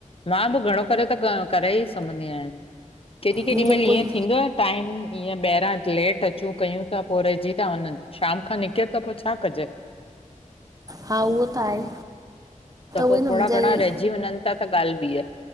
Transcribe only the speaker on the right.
मुंहिंजो
कोई
हा उहो त आहे
उहे न
मुंहिंजा
इहे